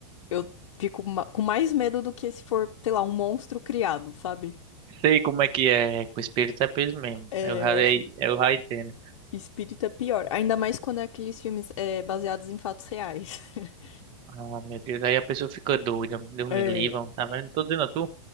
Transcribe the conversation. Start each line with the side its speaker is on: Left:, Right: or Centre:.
Left: eu fico ma- com mais medo do que se for, sei lá, um monstro criado, sabe?
Right: Sei como é que é, com espírito é peso mesmo.
Left: É,
Right: Eu já,
Left: eu acho
Right: eu já entendo.
Left: espírito é pior. Ainda mais quando é aqueles filmes é, baseados em fatos reais. <laughs>
Right: Ah, meu Deus, aí a pessoa fica doida. Deus
Left: É.
Right: me livre, tá vendo? Tô dizendo a tu.